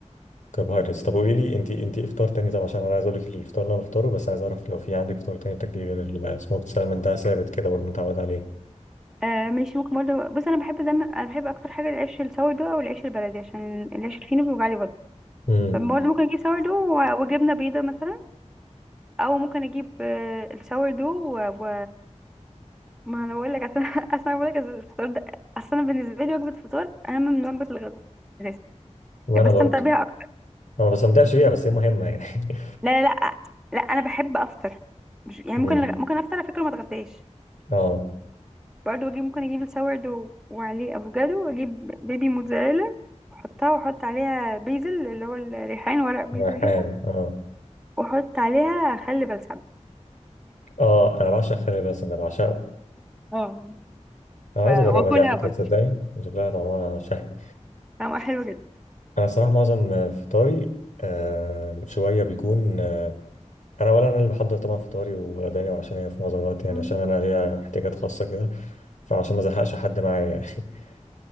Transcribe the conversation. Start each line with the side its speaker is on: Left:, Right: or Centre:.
Left: كربوهيدرات طب قولي لي انت انت إيه افطار تاني طب عشان انا عايز اقول لك الفطار اللي انا بفطره بس عايز اعرف لو في عندك فطار تاني بتاكلي غير السموكت سالمون ده ثابت كده برضو متعود عليه
Centre: آه ماشي ممكن برضه بص انا بحب دايما انا بحب اكتر حاجه العيش الساور دو او العيش البلدي عشان العيش الفينو بيوجع لي برضه
Left: امم
Centre: فبرضه ممكن اجيب ساور دو و- وجبنه بيضه مثلا او ممكن اجيب آه الساور دو و... و... ما انا بقول لك اصل <laughs> اصل انا بقول لك الفطار ده اصل انا بالنسبه لي وجبه الفطار اهم من وجبه الغداء أساساً.
Left: وانا
Centre: بستمتع
Left: برضو
Centre: بيها
Left: انا ما بستمتعش بيها بس هي مهمه يعني <laughs>
Centre: لا لا لا لا انا بحب افطر مش- يعني
Left: امم
Centre: ممكن ممكن افطر على فكره ما اتغداش
Left: اه
Centre: برضه اجيب ممكن اجيب السورد وعليه افوكادو واجيب بيبي موتزاريلا واحطها واحط عليها بيزل اللي هو الريحان ورق بيزل
Left: ريحان
Centre: كده
Left: اه
Centre: واحط عليها خل بلسم
Left: اه انا بعشق خلي بس انا بعشقه
Centre: اه
Left: انا
Centre: ف-
Left: عايز
Centre: واكلها
Left: اجربها دي على فكره
Centre: برضه
Left: تصدقي
Centre: <laughs>
Left: شكلها طعمها شهي
Centre: طعمها حلو جدا
Left: انا صراحه معظم آه، فطاري آه، شويه بيكون آه، انا ولا انا اللي بحضر طبعا فطاري وغدايا وعشايا في معظم الوقت يعني
Centre: <laughs> مم.
Left: عشان انا ليا احتياجات خاصه كده فعشان ما ازهقش حد معايا يعني <laughs>